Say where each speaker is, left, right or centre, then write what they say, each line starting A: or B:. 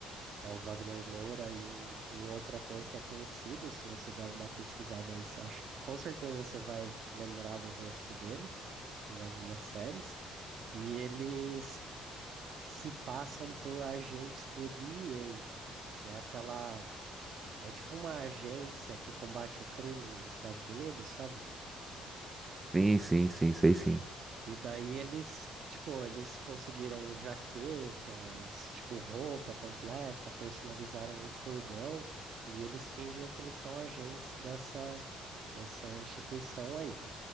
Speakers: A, on the right; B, on the right.
A: É o Wagner Moura e um, e um outro ator que é conhecido. Se você der uma pesquisada aí, você acha, com certeza você vai lembrar do rosto dele em algumas séries. E eles se passam por agentes do DEA, que é aquela. É tipo uma agência que combate o crime nos Estados Unidos, sabe?
B: Sim, sim, sim, sei sim.
A: E daí eles, tipo, eles conseguiram jaquetas, tipo, roupa completa, personalizaram um furgão, e eles fingem que eles são agentes dessa, dessa instituição aí.